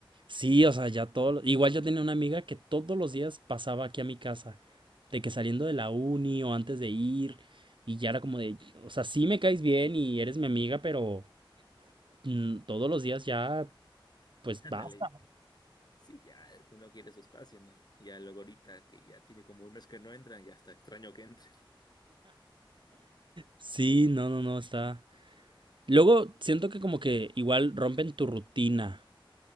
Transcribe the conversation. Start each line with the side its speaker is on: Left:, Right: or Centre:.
Right: Sí, o sea, ya todo. lo- Igual yo tenía una amiga que todos los días pasaba aquí a mi casa, de que saliendo de la uni o antes de ir, y ya era como de, o sea, sí me caes bien y eres mi amiga, pero. mm, todos los días ya,
Left: <laughs>
Right: pues
Left: Ándale.
Right: basta
Left: Sí, ya uno quiere su espacio, ¿no? Ya luego ahorita que ya tiene como un mes que no entran, ya está extraño que entren.
Right: Sí, no, no, no, está. Luego siento que como que igual rompen tu rutina.